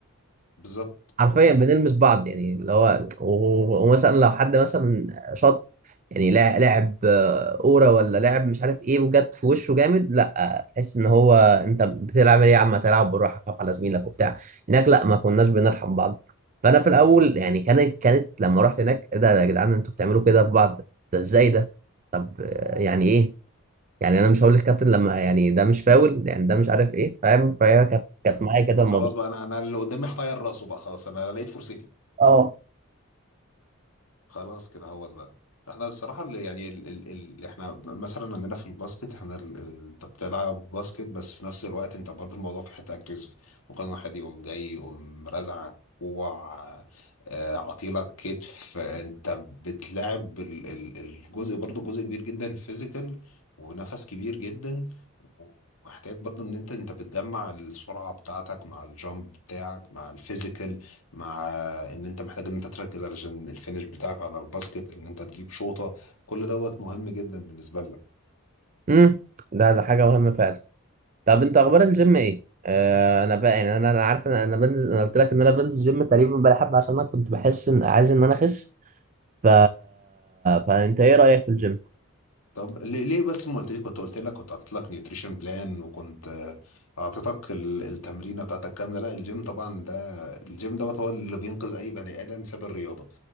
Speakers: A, on the left; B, on the right.
A: بالظبط
B: حرفيا
A: بالظبط
B: بنلمس بعض يعني اللي هو و- ومثلا لو حد مثلا شاط يعني لا- لاعب آه، كوره ولا لاعب مش عارف ايه وجت في وشه جامد لا آه، تحس ان هو انت بتلعب ايه يا عم تلعب بالراحه خاف على زميلك وبتاع هناك لا ما كناش بنرحم بعض فانا في الاول
A: بالظبط.
B: يعني كانت كانت لما رحت هناك ايه ده يا جدعان انتوا بتعملوا كده في بعض ده ازاي ده طب آه، يعني ايه يعني انا مش هقول للكابتن لما يعني ده مش فاول يعني ده مش عارف ايه فاهم فهي كانت كانت
A: لا.
B: معايا كده الموضوع
A: خلاص بقى انا انا اللي قدامي هطير راسه بقى خلاص انا لقيت فرصتي
B: اه
A: خلاص كده هو بقى احنا الصراحة اللي يعني ال ال ال احنا مثلا عندنا في الباسكت احنا ال- ال- انت بتلعب باسكت بس في نفس الوقت انت برضه الموضوع في حتة اجريسيف ممكن واحد يقوم جاي يقوم رازعك كوع آه، عطيلك كتف انت بتلعب ال ال الجزء برضه جزء كبير جدا فيزيكال ونفس كبير جدا ومحتاج برضه ان انت انت بتجمع السرعة بتاعتك مع الجامب بتاعك مع الفيزيكال مع ان انت محتاج ان انت تركز علشان الفينش بتاعك على الباسكت ان انت تجيب شوطة كل دوت مهم جدا بالنسبة لك
B: امم ده ده حاجه مهمه فعلا طب انت اخبار الجيم ايه آه انا بقى يعني انا انا عارف ان انا بنزل انا قلت لك ان انا بنزل جيم تقريبا بقالي حبه عشان انا كنت بحس ان عايز ان انا اخس ف فانت ايه رايك في الجيم
A: طب ليه ليه بس ما قلتليش كنت قلت لك كنت حاطط لك نيوتريشن بلان وكنت آه، اعطيتك ال- التمرينه بتاعتك كامله لا الجيم طبعا ده الجيم دوت هو اللي بينقذ اي بني ادم ساب الرياضه